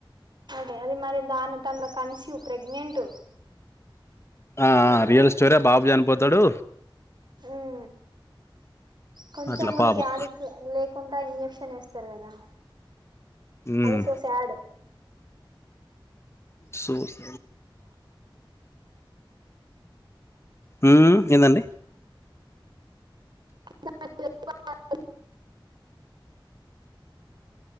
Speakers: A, on the right (about 55°); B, on the left (about 30°).
A: అదె అది మరి దాను తంద కన్సివ్ ప్రెగ్నెంట్
B: ఆ
A: కొంచెం
B: రియల్ స్టోరీ బాబు చనిపోతడు
A: ఉమ్ కొంచెం
B: అట్లా
A: కూడ
B: పాపం
A: జాలికి లేకుండా ఇంజెక్షన్ అట్టనే వస్తారు కదా
B: ఉమ్,
A: ఐ సొ శాడ్
B: సూజ్ ఉమ్ ఏందండి
A: న <inaudible>